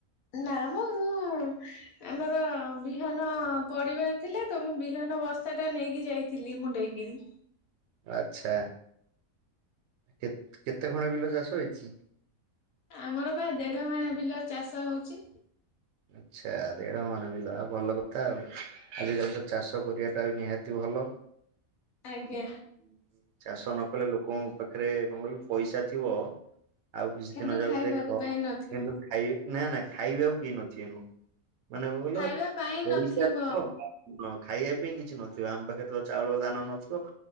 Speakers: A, on the left; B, on the right.
A: ନା ମ ମୁଁ ଆମର ବିହନ ପଡିବାର ଥିଲେ ତ ମୁଁ ବିହନ ବସ୍ତାଟା ନେଇକି ଯାଇଥିଲି ମୁଣ୍ଡେଇ କିରି।
B: ଆଚ୍ଛା କେ କେତେ ଖଣ ବିଲ ଚାଷ ହେଇଛି?
A: ଆମର ପ୍ରାୟ ଦେଢ ମାଣ ବିଲ ଚାଷ ହଉଛି।
B: ଆଚ୍ଛା ଦେଢ ମାଣ ବିଲ ଭଲ କଥା ଆଉ। ଆଜିକାଲି ତ ଚାଷ କରିବାଟା ନିହାତି ଭଲ।
A: ଆଜ୍ଞା।
B: ଉଁ, ଚାଷ ନ କଲେ ଲୋକଙ୍କ ପାଖରେ କଣ କହିଲୁ ପଇସା ଥିବ। ଆଉ କିଛି
A: କିନ୍ତୁ
B: ଦିନ ଯାଉ
A: ଖାଇବାକୁ
B: ଖ
A: ପାଇଁ ନଥିବ
B: କିନ୍ତୁ ଖାଇ ନା ନା ଖାଇବାକୁ କେହି ନଥିବେ। ମାନେ କଣ
A: ଖାଇବା
B: କହିଲ
A: ପାଇଁ ନଥିବ
B: ପଇସା ହଁ ଖାଇବା ପାଇଁ କିଛି ନଥିବ ଆମ ପାଖରେ ତ ଚାଉଳ ଦାନା ନଥିବ।